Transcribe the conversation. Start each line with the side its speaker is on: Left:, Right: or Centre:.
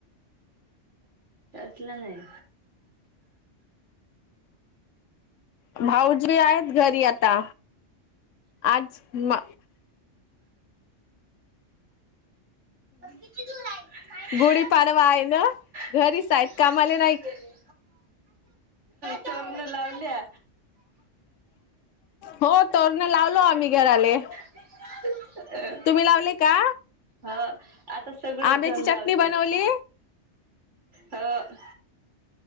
Right: त्यातलां नाही.
Left: भाऊजी आहेत घरी आता. आज म
Right: <unintelligible> किती आहे
Left: गुढीपाडवा आहे ना घरीच
Right: कधच
Left: आहेत कामाला
Right: कामा नाही गेले <inaudible> तोरन लावल्या.
Left: हो तोरण लावलो आम्ही घराले.
Right: <unintelligible> अ
Left: तुम्ही लावले का
Right: हा आता सगळे
Left: आंब्याची
Right: जण
Left: चटणी
Right: लावते..
Left: बनवली
Right: हं.